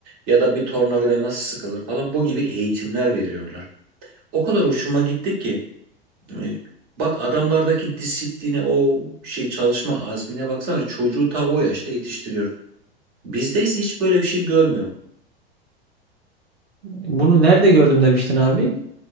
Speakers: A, on the right; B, on the right.
A: ya da bir tornavida nasıl sıkılır falan bu gibi eğitimler veriyorlar. O kadar hoşuma gitti ki e, bak adamlardaki disipline o şey çalışma azmine baksana çocuğu ta o yaşta yetiştiriyor. Bizde ise hiç böyle bir şey görmüyorum.
B: Bunu nerede gördüm demiştin abi?